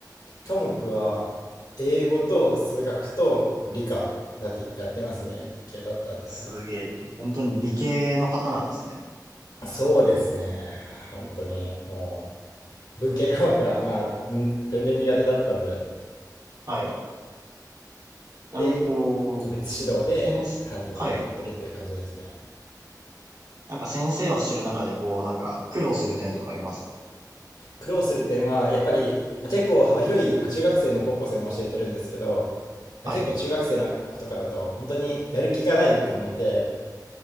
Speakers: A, on the left; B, on the right.
A: 科目は、英語と数学と理科だってやってますね。理系だったんで、
B: すげえ、
A: はい。
B: 本当に理系の方なんですね。
A: そうですね。本当に、もう、文系科目は、まあ、ん天然苦手だったんで。
B: はい。ちなみにこ
A: で個別指導で3人ぐらいやってるって感じですね。
B: う、先生はい。なんか先生をしてる中でこう、なんか苦労する点とかありますか
A: 苦労する点はやっぱり、まあ、結構幅広い、まあ、中学生も高校生も教えてるんですけど、まあ、
B: はい。
A: 結構中学生の子とかだと本当にやる気がない子もいて、